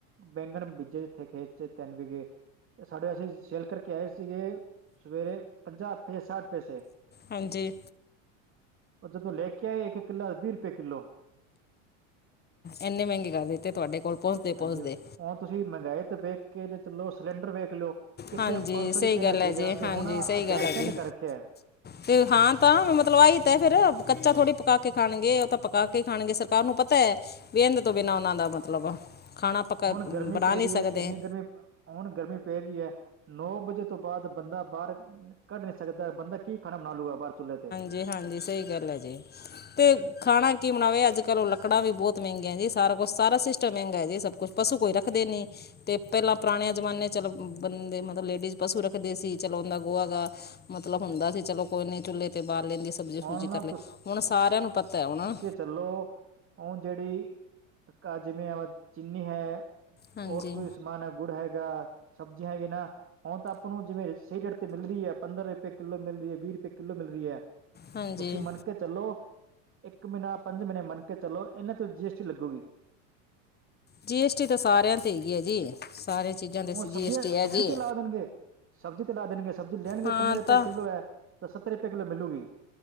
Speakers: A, on the right; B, on the left.
A: ਬੈਂਗਣ ਬੀਜੇ ਜਿੱਥੇ ਖੇਤ ਚ ਤਿੰਨ ਵੀਗੇ ਸਾਡੇ ਅਸੀਂ ਸੇਲ ਕਰਕੇ ਆਏ ਸੀਗੇ ਸਵੇਰੇ ਪੰਜਾਹ ਹਪੇ ਸਠ ਪੈਸੇ।
B: ਹਾਂਜੀ।
A: ਓਹ ਜਦੋਂ ਲੈ ਕੇ ਆਏ ਇੱਕ ਕਿੱਲਾ ਵੀਹ ਰੁਪਏ ਕਿੱਲੋ।
B: ਇੰਨੇ ਮਹਿੰਗੇ ਕਰ ਦਿੱਤੇ ਤੁਹਾਡੇ ਕੋਲ ਪਹੁੰਚਦੇ ਪਹੁੰਚਦੇ
A: ਹਾਂਜੀ, ਔ ਔਣ ਤੁਸੀਂ ਮਹਿੰੰਗਾਈ ਤੇ ਵੇਖ ਕੇ ਜੇ ਚੱਲੋ ਸਿਲੰਡਰ ਵੇਖ ਲੋ ਕਿੱਥੇ
B: ਹਾਂਜੀ
A: ਪੰਜ ਸੌ
B: ਸਹੀ
A: ਰੁਪਏ
B: ਗੱਲ
A: ਦਾ
B: ਹੈ
A: ਸੀਗਾ
B: ਜੀ
A: ਤੇ
B: ਹਾਂਜੀ
A: ਹੁਣ
B: ਸਹੀ
A: ਹਜ਼ਾਰ
B: ਗੱਲ
A: ਰੁਪਏ
B: ਹੈ ਜੀ
A: ਦਾ ਕਰ ਰੱਖਿਐ।
B: ਤੇ ਹਾਂ ਤਾਂ ਮਤਲਬ ਆਹੀ ਤਾਂ ਫੇਰ ਕੱਚਾ ਥੋੜ੍ਹੀ ਪਕਾ ਕੇ ਖਾਣਗੇ, ਓਹ ਤਾਂ ਪਕਾ ਕੇ ਖਾਣਗੇ ਸਰਕਾਰ ਨੂੰ ਪਤੈ। ਬੇਂਦ ਤੋਂ ਬਿਨਾਂ ਉਨਾਂ ਦਾ ਮਤਲਬ ਖਾਣਾ ਪਕਾ
A: ਹੁਣ
B: ਬਣਾ
A: ਗਰਮੀ ਪੇ
B: ਨਹੀਂ
A: ਰੀ
B: ਸਕਦੇ
A: ਐ, ਐਨੀ ਗਰਮੀ ਹੁਣ ਗਰਮੀ ਪੇ ਰੀ ਐ ਨੌ ਵਜੇ ਤੋਂ ਬਾਦ ਬੰਦਾ ਬਾਰ ਕੱਢ ਨੀ ਸਕਦਾ। ਬੰਦਾ ਕੀ ਖਾਣਾ ਬਨਾ ਲੂਗਾ ਬਾਰ ਚੁਲੇ ਤੇ
B: ਜੀ, ਹਾਂਜੀ ਸਹੀ ਗੱਲ ਹੈ ਜੀ। ਤੇ ਖਾਣਾ ਕੀ ਬਣਾਵੇ ਅੱਜ-ਕਲ੍ਹ ਓਹ ਲੱਕੜਾਂ ਵੀ ਬੌਤ ਮਹਿੰਗੀਆਂ ਐਂ ਜੀ ਸਾਰਾ ਕੁਛ ਸਾਰਾ ਸਿਸਟਮ ਮਹਿੰਗਾ ਜੀ ਸਭ ਕੁਛ ਪਸੂ ਕੋਈ ਰੱਖਦੇ ਨੀ। ਤੇ ਪਹਿਲਾਂ ਪੁਰਾਣੇਆ ਜਮਾਨੇਆ ਚਲੋ ਬੰਦੇ ਮਤਲਬ ਲੇਡੀਜ਼ ਪਸੂ ਰੱਖਦੇ ਸੀ ਚਲੋ ਔੰਦਾ ਗੋਹਾ ਗਾ ਮਤਲਬ ਹੁੰਦਾ ਸੀ ਚਲੋ ਕੋਈ ਨੀ ਚੁੱਲ੍ਹੇ ਤੇ ਬਾਲ ਲੈਂਦੀ ਸੀ- ਕਬਜ਼ੀ
A: ਹੁਣ
B: ਫੁਬਜ਼ੀ
A: ਨਾ
B: ਕਰ ਲਏ ਹੁਣ ਸਾਰਿਆਂ ਨੂੰ ਪਤੈ ਓ ਨਾ
A: ਚਲੋ, ਔੰ ਜੇੜੀ ਘਰ ਜਿੰਮੇਵਾਰੀ ਜਿਨੀ ਹੈ।
B: ਹਾਂਜੀ
A: ਹੋਰ ਕੋਈ ਸਮਾਨ ਹੈ ਗੁੜ ਹੈਗਾ, ਸਬਜ਼ੀਆਂ ਹੈਗੀ ਨਾ। ਹੁਣ ਤਾਂ ਆਪਾਂ ਨੂੰ ਜਿਵੇਂ ਰੀ ਸਹੀ ਰੇਟ ਤੇ ਮਿਲ ਰੀ ਐ ਪੰਦਰਾਂ ਰੁਪਏ ਕਿੱਲੋ ਮਿਲ ਰਹੀ ਐ ਵੀਹ ਰੁਪਏ ਕਿੱਲੋ ਮਿਲ ਰੀ ਐ।
B: ਹਾਂਜੀ
A: ਤੁਸੀਂ ਮੰਨਕੇ ਚੱਲੋ ਇੱਕ ਮੀਨਾ, ਪੰਜ ਮੀਨੇ ਮੰਨ ਕੇ ਚੱਲੋ ਇਨਾਂ ਤੋਂ ਜੀ ਐੱਸ ਟੀ ਲੱਗੂਗੀ।
B: ਜੀ ਐਸ ਟੀ ਤਾਂ ਸਾਰਿਆਂ 'ਤੇ ਹੈਗੀ ਏ ਜੀ। ਸਾਰੇ ਚੀਜ਼ਾਂ- 'ਤੇ
A: ਹੁਣ ਸਬਬੀਆਂ-ਸਬਜ਼ੀ
B: ਜੀ ਐਸ ਟੀ ਹੈ ਜੀ
A: ਤੇ ਲਾ ਦੇਣਗੇ, ਸਬਜ਼ੀ ਤੇ ਲਾ ਦੇਣਗੇ, ਸਬਜ਼ੀ ਲੈਣਗੇ
B: ਹਾਂ
A: ਪੰਦਰਾਂ ਰੁਪਏ
B: ਤਾਂ
A: ਕਿੱਲੋ ਐ। ਤਾਂ ਸੱਤਰੇ ਰੁਪਏ ਕਿਲੋ ਮਿਲੂਗੀ।